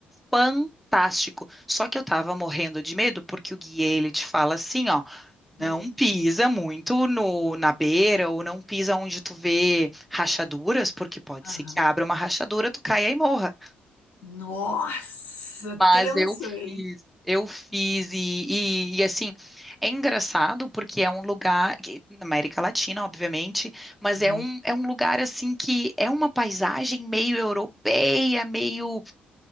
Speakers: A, in the centre; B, on the left.
A: Fantástico. Só que eu tava morrendo de medo, porque o guia, ele te fala assim, ó,
B: Hum,
A: não pisa muito no, na beira, ou não pisa onde tu vê rachaduras, porque pode
B: aham.
A: ser que abra uma rachadura, tu caia e morra.
B: Nossa,
A: Mas
B: tenso,
A: eu
B: hein?
A: fiz, eu fiz e, e, e, assim, é engraçado porque é um lugar, que- na América Latina, obviamente, mas
B: Uhum.
A: é um, é um lugar assim que é uma paisagem meio europeia, meio,